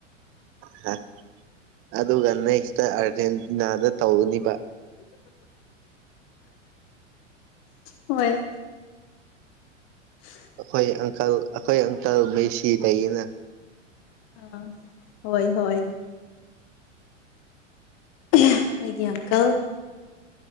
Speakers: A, on the right (about 35°); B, on the left (about 40°).
A: ꯍꯥ ꯑꯗꯨꯒ ꯅꯦꯛꯁꯇ ꯑꯥꯔꯖꯦꯟꯇꯤꯅꯥꯗ ꯇꯧꯅꯤꯕ
B: ꯍꯣꯏ <unintelligible>
A: ꯑꯩꯈꯣꯏ ꯑꯪꯀꯜ ꯑꯩꯈꯣꯏ ꯑꯪꯀꯜ ꯃꯦꯁꯤꯗꯒꯤꯅ
B: ꯑ ꯍꯣꯏ ꯍꯣꯏ ꯑꯌꯥ ꯑꯩ ꯒꯌꯥꯟ ꯀꯛ